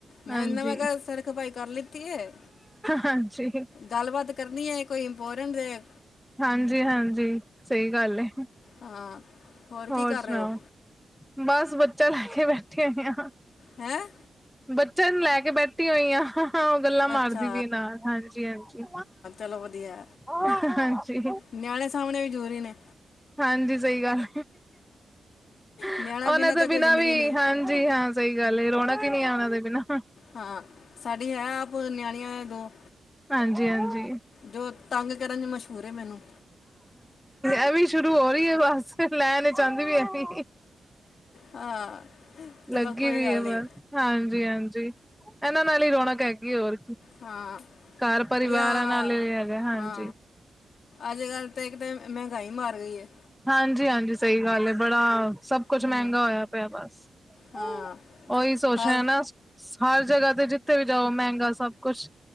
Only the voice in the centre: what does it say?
ਹਾਂਜੀ,
ਹਾਂਜੀ
ਹਾਂਜੀ -ਹਾਂਜੀ ਸਹੀ ਗੱਲ ਏ
ਹੋਰ
ਸੁਣਾਓ
ਬਸ ਬੱਚਾ ਲੈ ਕੇ ਬੈਠੇ ਹੋਈ ਆ।
ਬੱਚਿਆਂ ਨੂੰ ਲੈ ਕੇ ਬੈਠੀ ਹੋਈ ਆ ਉਹ ਗੱਲਾਂ ਮਾਰਦੀ
ਪਈ ਨਾਲ ਹਾਂਜੀ- ਹਾਂਜੀ
ਹਾਂਜੀ
ਹਾਂਜੀ ਸਹੀ ਗੱਲ ਉਹਨਾਂ
ਦੇ
ਬਿਨਾਂ
ਵੀ
ਹਾਂਜੀ, ਹਾਂ ਸਹੀ ਗੱਲ ਰੌਣਕ ਹੀ ਨਹੀ ਆ ਉਹਨਾਂ ਦੇ ਬਿਨਾਂ
ਹਾਂਜੀ -ਹਾਂਜੀ
ਐਵੀ ਸ਼ੁਰੂ ਹੋ ਰਹੀ ਹੈ ਬਸ, ਲੈਣੇ ਚਾਹੁੰਦੀ ਵੀ ਐ ਵੀ
ਲੱਗੀ
ਦੀ
ਹੈ ਬਸ
ਹਾਂਜੀ -ਹਾਂਜੀ, ਇਹਨਾਂ ਨਾਲ ਹੀ ਰੌਣਕ ਹੈਗੀ ਹੋਰ ਕੀ
ਘਰ ਪਰਿਵਾਰਾਂ
ਨਾਲ ਹੈਗਾ, ਹਾਂਜੀ
ਹਾਂਜੀ- ਹਾਂਜੀ, ਸਹੀ ਗੱਲ ਹੈ ਬੜਾ ਸਭ ਕੁੱਛ
ਮਹਿੰਗਾ ਹੋਇਆ ਪਿਆ। ਬਸ
ਉਹੀ ਸੋਚ
ਰਿਹਾ ਨਾ ਹਰ ਜਗ੍ਹਾ ਤੇ ਜਿੱਥੇ ਵੀ ਜਾਓ ਮਹਿੰਗਾ ਸਭ ਕੁਛ